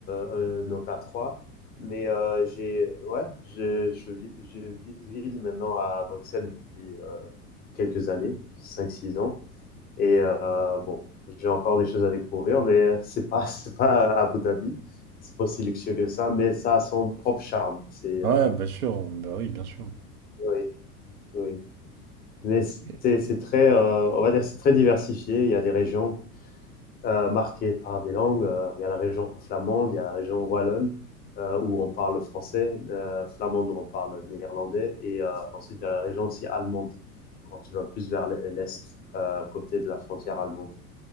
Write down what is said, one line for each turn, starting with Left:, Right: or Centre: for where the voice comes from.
Left: euh, non pas trois, mais euh, j'ai, ouais, je, je, vis, je vis vis maintenant à Bruxelles depuis euh, quelques années, cinq, six ans. Et euh, bon, j'ai encore des choses à découvrir, mais c'est pas, <laughs> c'est pas à Abu Dhabi, c'est pas aussi luxueux que ça, mais ça a son propre charme. C'est,
Right: Ouais,
Left: euh,
Right: bien sûr, bah oui, bien sûr.
Left: oui, oui. Mais
Right: Et-
Left: c'est, c'est très, euh, on va dire, c'est très diversifié. Il y a des régions euh, marquée par des langues. Euh, Il y a la région flamande, il y a la région wallonne euh, où on parle français, euh, flamande où on parle néerlandais, et euh, ensuite il y a la région aussi allemande quand tu vas plus vers l'est, euh, côté de la frontière allemande.